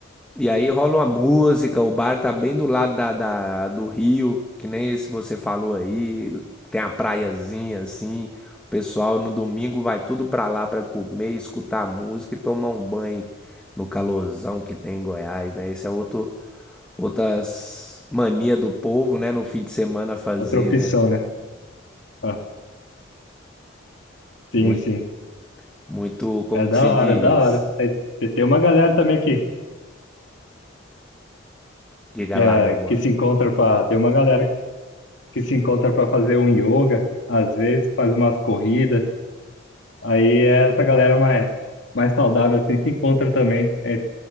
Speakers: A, in the centre; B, on the left.
A: E aí rola uma música, o bar tá bem do lado da, da- do rio, que nem esse você falou aí, tem a praiazinha assim. O pessoal no domingo vai tudo pra lá pra comer, escutar música e tomar um banho no calorzão que tem em Goiás, né? Esse é outro outras mania do povo, né, no fim de semana fazer,
B: outra opção,
A: né?
B: né? Ah, sim,
A: Muito,
B: sim.
A: muito, como
B: É da
A: que se
B: hora,
A: diz?
B: é da hora. Aí te- tem uma galera também que,
A: Diga
B: é,
A: lá, meu mano.
B: que se encontra pra. Tem uma galera que se encontra pra fazer um yoga, às vezes faz umas corridas. Aí essa galera mais, mais saudável assim se encontra também é,